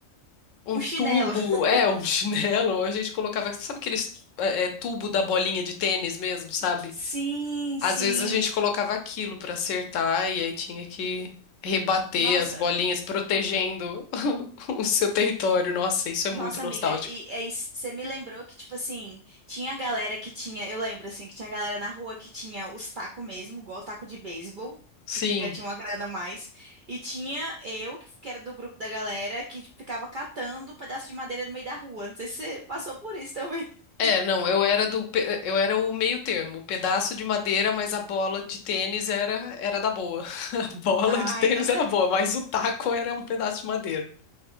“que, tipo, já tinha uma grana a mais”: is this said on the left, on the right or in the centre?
Right